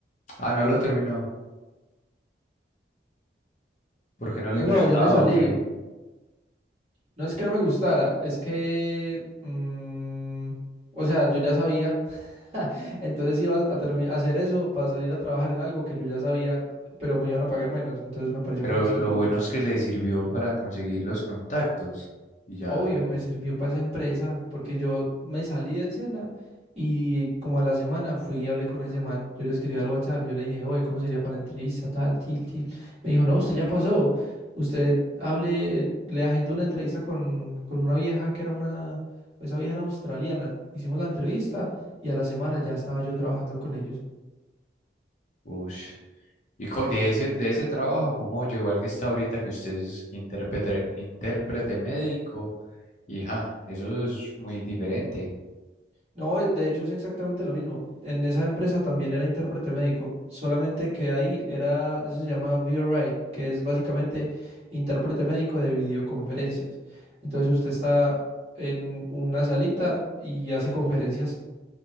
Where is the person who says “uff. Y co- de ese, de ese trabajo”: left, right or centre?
Left